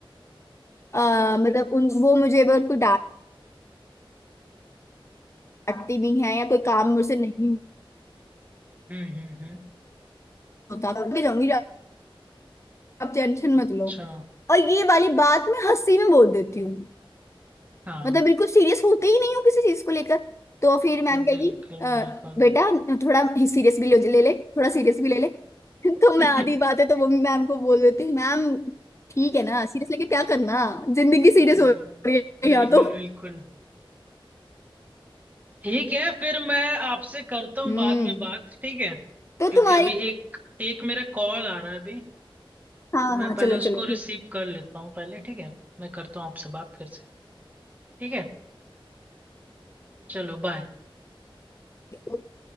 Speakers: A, on the left; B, on the right.
A: आ, मतलब उन वो मुझे अगर कोई डांटती भी है या कोई काम मुझसे नहीं
B: हम्म, हम्म, हम्म,
A: होता करके जाऊंगी आप टेंशन मत
B: अच्छा
A: लो और ये वाली बात मैं हंसी में बोल देती हूँ
B: हाँ
A: मतलब बिल्कुल सीरियस होते ही नहीं हो किसी चीज को लेकर तो फिर मैम कहेगी
B: बिल्कुल
A: "अ,
B: बिल्कुल
A: बेटा थोड़ा सीरियस भी ले ले ले थोड़ा सीरियस भी ले ले <laughs> तो मैं
B: <laughs>
A: आधी बात है तो वो भी मैम को बोल देती हूँ मैम ठीक है ना सीरियस लेके क्या करना जिंदगी सीरियस
B: हम्म,
A: हो रही है यहाँ
B: बिल्कुल
A: तो
B: बिल्कुल ठीक है फिर मैं आपसे करता हूँ
A: हम्म
B: बाद में बात ठीक है
A: तो
B: क्योंकि
A: तुम्हारी
B: अभी एक एक मेरा कॉल आ रहा है अभी
A: हाँ
B: तो मैं
A: हाँ चलो
B: पहले उसको
A: चलो ठीक
B: रिसीव कर लेता हूँ पहले ठीक है मैं करता हूँ आपसे बात फिर से ठीक है चलो बाय
A: है